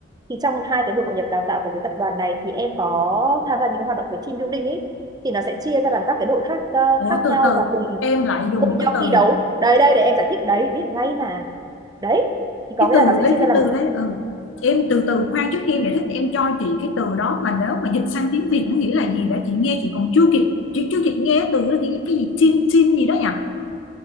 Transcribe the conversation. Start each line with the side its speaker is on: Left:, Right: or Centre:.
Right: thì trong hai cái buổi hội nhập đào tạo của cái tập đoàn này thì em có tham gia những cái hoạt động về team building ấy thì nó sẽ chia ra làm các cái đội khác à,
Left: Ủa
Right: khác
Left: từ
Right: nhau
Left: từ,
Right: và cùng
Left: em lại dùng
Right: cùng
Left: một
Right: nhau
Left: cái từ
Right: thi đấu đây đây để em giải thích đấy biết ngay mà đấy thì có
Left: cái
Right: nghĩa
Left: từ
Right: là nó sẽ
Left: đấy
Right: chia ra
Left: cái
Right: làm
Left: từ đấy ừ. Em từ từ khoan trước khi em giải thích em cho chị cái từ đó mà nếu mà dịch sang tiếng Việt nó nghĩa là gì đã chị nghe chị còn chưa kịp chị chưa kịp nghe từ đó cái, cái gì chim chim gì đó nhỉ?